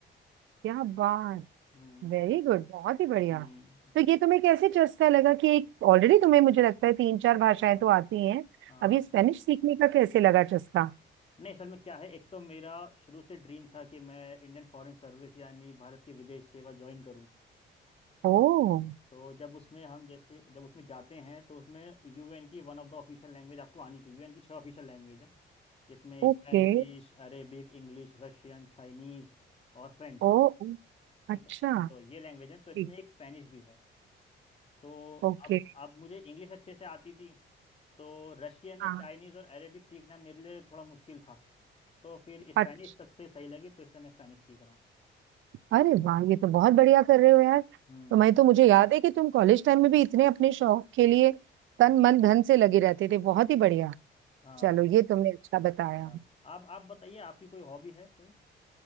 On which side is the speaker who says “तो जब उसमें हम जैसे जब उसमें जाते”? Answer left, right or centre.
Left